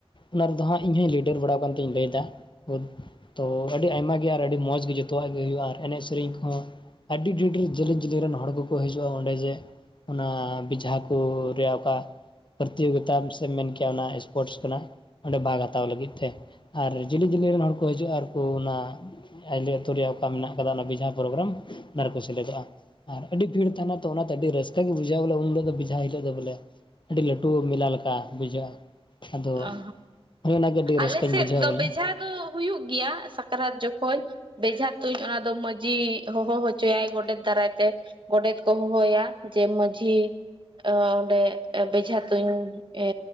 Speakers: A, on the left; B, on the right.
A: ᱚᱱᱟ ᱨᱮᱫᱚ ᱦᱟᱸᱜ ᱤᱧᱦᱚ ᱞᱤᱰᱟᱨ ᱵᱟᱲᱟ ᱠᱟᱱ ᱛᱤᱧ ᱞᱟᱹᱭᱫᱟ ᱾ ᱛᱚ ᱟᱹᱰᱤ ᱟᱭᱢᱟ ᱜᱮ ᱟᱨ ᱟᱹᱰᱤ ᱢᱚᱸᱡᱽ ᱜᱮ ᱡᱚ ᱛᱚᱣᱟᱜ ᱜᱮ ᱦᱩᱭᱩᱜᱼᱟ ᱟᱨ ᱮᱱᱮᱡ ᱥᱮᱨᱮᱧ ᱠᱚᱦᱚᱸ ᱟᱹᱰᱤ ᱰᱷᱮᱨ ᱰᱷᱮᱨ ᱡᱮᱞᱮᱧ ᱡᱮᱞᱮᱧ ᱨᱮᱱ ᱦᱚᱲ ᱠᱚᱠᱚ ᱦᱤᱡᱩᱜᱼᱟ ᱚᱸᱰᱮ ᱡᱮ ᱚᱱᱟ ᱡᱷᱟ ᱠᱚ ᱨᱮᱭᱟᱜ ᱚᱠᱟ ᱯᱨᱚᱛᱤᱭᱳᱜᱤᱛᱟ ᱥᱮᱢ ᱢᱮᱱ ᱠᱮᱭᱟ ᱚᱱᱟ ᱯᱚᱨᱚᱥ ᱠᱟᱱᱟ ᱚᱸᱰᱮ ᱵᱟᱜ ᱦᱟᱛᱟᱣ ᱞᱟᱹᱜᱤᱫ ᱛᱮ ᱟᱨ ᱡᱤᱞᱤ ᱡᱤᱞᱤ ᱨᱮᱱ ᱦᱚᱲ ᱠᱚ ᱦᱤᱡᱩᱜᱼᱟ ᱟᱨᱠᱚ ᱚᱱᱟ ᱟᱡᱮᱞ ᱛᱩᱨᱤ ᱚᱠᱟ ᱢᱮᱱᱟᱜ ᱟᱠᱟᱫᱟ ᱚᱱᱟ ᱵᱤᱡᱷᱟᱠᱚ ᱨᱮ ᱵᱨᱟᱢ ᱚᱱᱟ ᱨᱮᱠᱚ ᱥᱮᱞᱮᱫᱚᱜᱼᱟ ᱾ ᱟᱨ ᱟᱹᱰᱤ ᱵᱷᱤᱲ ᱛᱟᱦᱮᱱᱟ ᱛᱚ ᱚᱱᱟᱛᱮ ᱟᱹᱰᱤ ᱨᱟᱹᱥᱠᱟᱹ ᱜᱮ ᱵᱩᱡᱷᱟ ᱵᱚᱞ ᱩᱱᱫᱚ ᱵᱤᱡᱷᱟ ᱦᱤᱞᱳᱜ ᱫᱚ ᱵᱚᱞᱮ ᱟᱹᱰᱤ ᱞᱟᱹᱴᱩ ᱢᱮᱞᱟ ᱞᱮᱠᱟ ᱵᱩᱡᱷᱟᱹᱜᱼᱟ ᱾ ᱟᱫᱚ
B: ᱚ
A: ᱦᱳᱭ ᱚᱱᱟᱜᱮ ᱟᱹᱰᱤ
B: ᱟᱞᱮ
A: ᱨᱟᱹᱥᱠᱟᱹᱧ
B: ᱥᱮᱫ
A: ᱵᱩᱡᱷᱟᱹᱣᱟ
B: ᱫᱚ
A: ᱵᱚᱞᱮ
B: ᱵᱮᱡᱷᱟ
A: ᱾
B: ᱦᱩᱭᱩᱜ ᱜᱮᱭᱟ ᱥᱟᱠᱨᱟᱛ ᱡᱚᱠᱷᱚᱡ᱾ ᱵᱮᱡᱷᱟ ᱛᱩᱧ ᱚᱱᱟ ᱫᱚ ᱢᱟᱺᱡᱷᱤ ᱦᱚᱦᱚ ᱦᱚᱪᱚᱭᱟᱭ ᱜᱚᱰᱮᱛ ᱫᱟᱨᱟᱭ ᱛᱮ ᱾ ᱜᱚᱰᱮᱛ ᱠᱚ ᱦᱚᱦᱚᱭᱟ ᱡᱮ ᱢᱟᱺᱡᱷᱤ ᱾ ᱚᱸᱰᱮ ᱵᱮᱡᱷᱟ ᱛᱩᱧ ᱮ